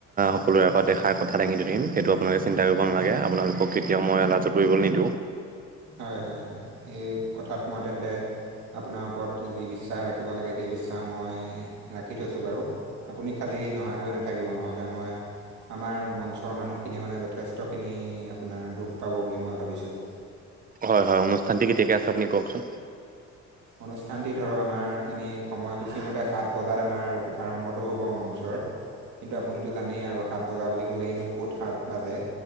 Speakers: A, on the right; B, on the right.
A: সকলোৰে আগতে দেখাৰ কথা দাঙি ধৰিম সেইটো আপোনালোকে চিন্তা কৰিব নালাগে, আপোনালোকক কেতিয়াও মই লাজত পৰিবলৈ নিদিওঁ।
B: হয়, হয়, হয় এই কথাত মই তেন্তে আপোনাৰ ওপৰত যি বিশ্বাস ৰাখিব লাগে সেই বিশ্বাস মই ৰাখি থৈছো বাৰু। আপুনি কালি নহাকৈ নাথাকিব নহ'লে মই আমাৰ মঞ্চৰ মানুহখিনিয়ে মানে যথেষ্টখিনি আপোনাৰ দুখ পাব বুলি মই ভাবিছো।
A: হয়, হয় অনুষ্ঠানটি কেতিয়াকৈ আছে আপুনি কওঁকচোন।
B: অনুষ্ঠানটি ধৰক আমাৰ এনেই সময়সূচী মতে সাত বজাত আমাৰ শুভাৰম্ভটো হ'ব মঞ্চৰ। কিন্তু আপুনিতো জানেই আৰু সাত বজা বুলি ক'লেইনো ক'ত সাত বাজে।